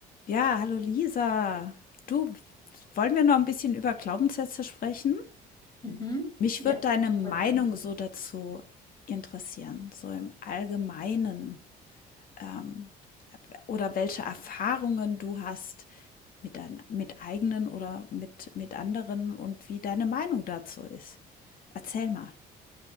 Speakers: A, on the left; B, on the left.
A: Ja, hallo Lisa. Du, wollen wir noch ein bisschen über Glaubenssätze sprechen?
B: Mhm.
A: Mich würde
B: Ja,
A: deine
B: total
A: Meinung
B: viel.
A: so dazu interessieren, so im Allgemeinen. Ähm, oder welche Erfahrungen du hast mit deinen, mit eigenen oder mit, mit anderen und wie deine Meinung dazu ist. Erzähl mal.